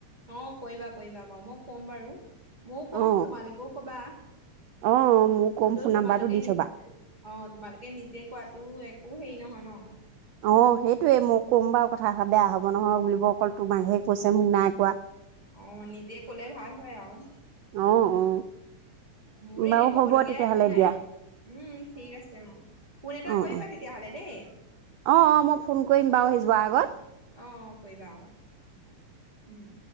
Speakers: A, on the right; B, on the right.
A: অ' কইবা-কইবা বাও মই ক'ম বাৰু। মও কম
B: অ
A: তোমালোকেও ক'বা,
B: অ অ মোক কম
A: হ'লেও
B: ফোন
A: তোমালোকে
B: নাম্বাৰটো দি
A: নিজ
B: থবা
A: অ' তোমালোকে নিজে কোৱাত তো একো হেৰি নহয় ন।
B: অ সেইটোয়ে, মই ক'ম বাৰু কথাষাৰ বেয়া হব নহয়, বুলিব অকল তোমাকহে কৈছে মোক নাই কোৱা।
A: অ' নিজে কলে ভাল হয় আৰু
B: অ অ
A: মোৰ এনেই
B: বাৰু
A: কবলগীয়া
B: হ'ব তেতিয়াহ'লে
A: একো নাই
B: দিয়া
A: উম ঠিক আছে অ ফোন এটা
B: অ অ
A: কৰিবা তেতিয়াহলে দেই
B: অ অ মই ফোন কৰিম বাৰু সেই যোৱাৰ আগত
A: অ কৰিবা অ উম